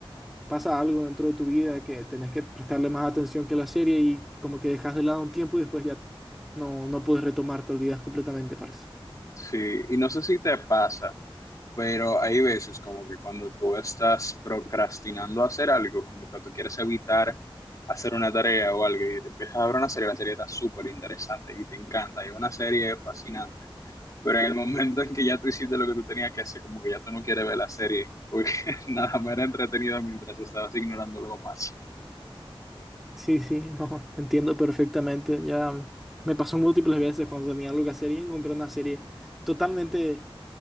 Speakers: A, in the centre; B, on the left (about 35°).
A: pasa algo dentro de tu vida que tenés que prestarle más atención que la serie y como que dejas de lado un tiempo y después ya no, no puedes retomar, te olvidas completamente, parce.
B: Sí, y no sé si te pasa, pero hay veces como que cuando tú estás procrastinando hacer algo, como que tú quieres evitar hacer una tarea o algo, y te empiezas a ver una serie, la serie está súper interesante y te encanta, y una serie es fascinante, pero en el momento en que ya tú hiciste lo que tú tenías que hacer, como que ya tú no quieres ver la serie, porque <laughs> nada más era entretenida mientras estabas ignorando algo más.
A: Sí, sí, <laughs> no, entiendo perfectamente. Ya me pasó múltiples veces cuando tenía algo que hacer y encontré una serie totalmente